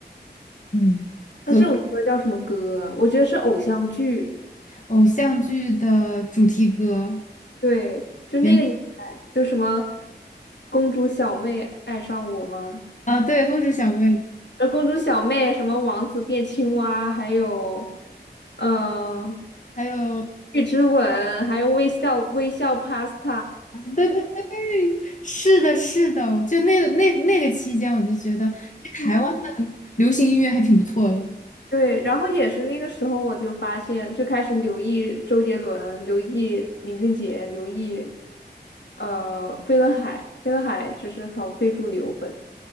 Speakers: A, on the left (about 45°); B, on the left (about 85°).
A: 嗯，
B: 那这种歌叫什么歌啊？
A: 歌
B: 我觉得是偶像剧。
A: 偶像剧的主题歌，
B: 对，就那个年代，
A: 原
B: 就什么公主小妹爱上我吗？
A: 啊，对，公主小妹，
B: 呃，公主小妹什么王子变青蛙，还有呃
A: 还有
B: 月之吻，还有微笑微笑 pasta。
A: 对对对，是的，是的，就那个那那个期间，我就觉得就台湾的流行音乐还挺不错的。
B: 对对对，然后也是那个时候，我就发现，就开始留意周杰伦、留意林俊杰、留意呃飞轮海。飞轮海就是好非主流本，